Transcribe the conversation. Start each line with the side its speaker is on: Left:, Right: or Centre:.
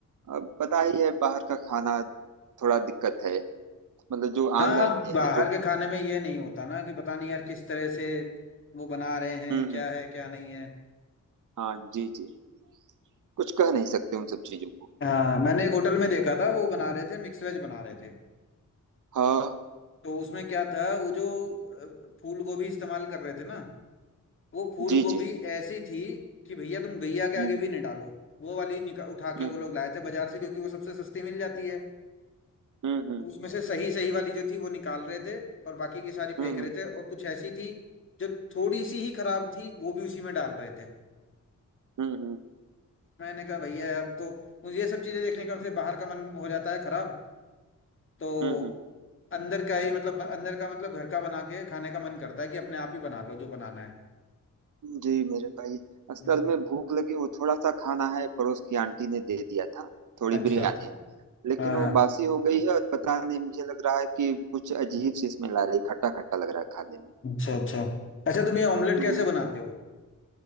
Right: अ, पता ही है बाहर का खाना थोड़ा दिक्कत है मतलब जो
Left: हाँ
Right: ऑनलाइन में
Left: बाहर
Right: है जो
Left: के खाने में ये नहीं होता ना कि पता नहीं यार किस तरह से वो बना रहे हैं
Right: हम्म
Left: क्या
Right: हम्म,
Left: है क्या नहीं है
Right: हाँ जी जी कुछ कह नहीं सकते उन सब चीजों को
Left: हाँ मैंने एक होटल में देखा था वो बना रहे थे मिक्स वेज बना रहे थे
Right: हाँ
Left: तो उसमें क्या था वो जो अ, फूल गोभी इस्तेमाल कर रहे थे ना वो फूल
Right: जी
Left: गोभी
Right: जी
Left: ऐसी थी कि भैया तुम गैया के आगे
Right: हम्म
Left: भी नहीं डालो वो वाली निका उठा
Right: हम्म
Left: के वो लोग लाए थे बाजार से क्योंकि वो सबसे सस्ती मिल जाती है
Right: हम्म हम्म
Left: उसमें से सही सही वाली जो थी वो निकाल रहे थे और बाकी की सारी फेंक
Right: हम्म
Left: रहे थे और कुछ ऐसी थी जो थोड़ी सी ही खराब थी वो भी उसी में डाल रहे थे
Right: हम्म हम्म हम्म,
Left: मैंने कहा भैया अब तो मुझे ये सब चीजें देखने का फिर बाहर का मन हो जाता है खराब तो
Right: हम्म, हम्म।
Left: अंदर का ही मतलब अंदर का मतलब घर का बना के खाने का मन करता है कि अपने आप ही बना लो जो बनाना है
Right: जी मेरे भाई असल
Left: हम्म।
Right: में भूख लगी वो थोड़ा सा खाना है पड़ोस की आंटी ने दे दिया था थोड़ी
Left: अच्छा
Right: बिरयानी लेकिन
Left: हाँ
Right: वो
Left: हाँ
Right: बासी हो गई है और पता नहीं मुझे लग रहा है कि कुछ अजीब सी इसमें ला रही खट्टा खट्टा लग रहा है खाने में
Left: अच्छा अच्छा अच्छा तुम ये ऑमलेट
Right: तो
Left: कैसे बनाते हो